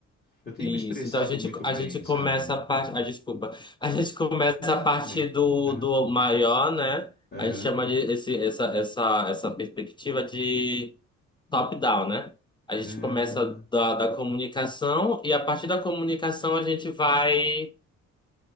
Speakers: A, on the left (about 35°); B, on the left (about 15°).
A: Eu tenho
B: Isso,
A: me expressado
B: então a gente,
A: muito bem,
B: a gente começa
A: sabe?
B: a parte.
A: Uhum.
B: Ah, desculpa. A gente começa
A: Não,
B: a partir
A: tudo bem.
B: do,
A: Aham.
B: do maior, né?
A: Aham.
B: A gente chama de esse, essa, essa, essa perspectiva de top-down, né? A
A: Ah,
B: gente começa da, da comunicação e a partir da comunicação a gente vai